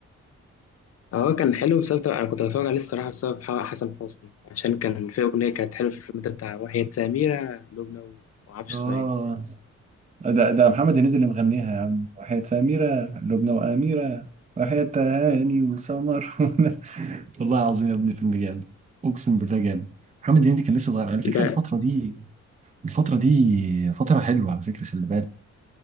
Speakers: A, on the left (about 55°); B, on the right (about 25°).
A: آه، هو كان حلو بسبب أنا كنت بتفرج عليه الصراحة بسبب ح- حسن حسني عشان كان في أغنية كانت حلوة في الفيلم ده بتاع وحياة سميرة لبنى ومعرفش
B: اه
A: اسمها إيه
B: ده ده محمد هنيدي اللي مغنيها يا عم وحياة سميرة لبنى وأميرة وحياة هاني وسمر <laughs> والله العظيم يا ابني فيلم جامد اقسم بالله جامد محمد هنيدي كان لسه صغير على فكرة
A: ده
B: الفترة دي الفترة دي فترة حلوة على فكرة خلي بالك